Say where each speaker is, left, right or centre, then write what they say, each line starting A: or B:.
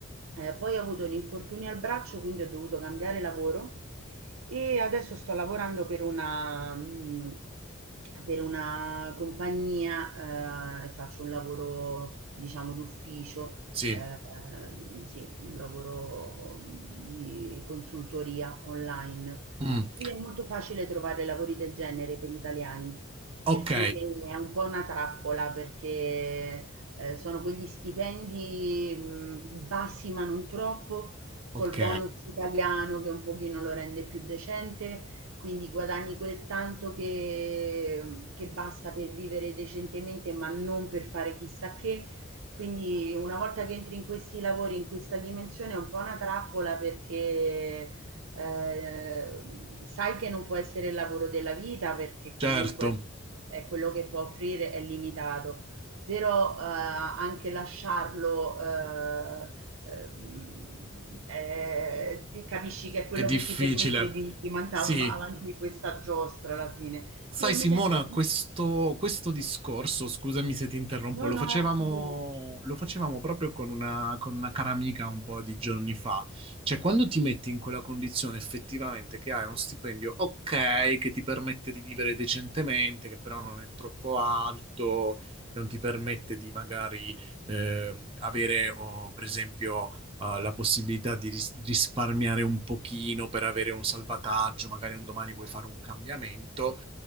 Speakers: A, on the right (about 75°); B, on the right (about 25°).
A: eh, poi ho avuto un infortunio al braccio, quindi ho dovuto cambiare lavoro e adesso sto lavorando per una, mm, per una compagnia eh, e faccio un lavoro, diciamo, d'ufficio,
B: sì.
A: eh, sì, un lavoro di consultoria online
B: Mm,
A: Qui è molto facile trovare lavori del genere per italiani,
B: Ok,
A: per cui è un po' una trappola perché, ehm, sono quegli stipendi, mhmm, bassi ma non troppo, col
B: ok,
A: bonus italiano che un pochino lo rende più decente, quindi guadagni quel tanto che mhmm, che basta per vivere decentemente, ma non per fare chissà che. Quindi una volta che entri in questi lavori, in questa dimensione, è un po' una trappola perché, Ehm, sai che non può essere il lavoro della vita perché comunque
B: certo,
A: è quello che può offrire è limitato, però eh, anche lasciarlo eh, ehm, eh, ti capisci che è quello
B: è difficile.
A: che ti permette di, di mandare
B: Sì,
A: avanti questa giostra alla fine.
B: Sai
A: Sì, e
B: Simona,
A: mi sento...
B: questo, questo discorso, scusami se ti interrompo,
A: No,
B: lo
A: no,
B: facevamo,
A: figurati.
B: lo facevamo proprio con una, con una cara amica un po' di giorni fa. Cioè, quando ti metti in quella condizione effettivamente che hai uno stipendio ok, che ti permette di vivere decentemente, che però non è troppo alto, non ti permette di magari ehm, avere, oh, per esempio, eh, la possibilità di ris- risparmiare un pochino per avere un salvataggio, magari un domani vuoi fare un cambiamento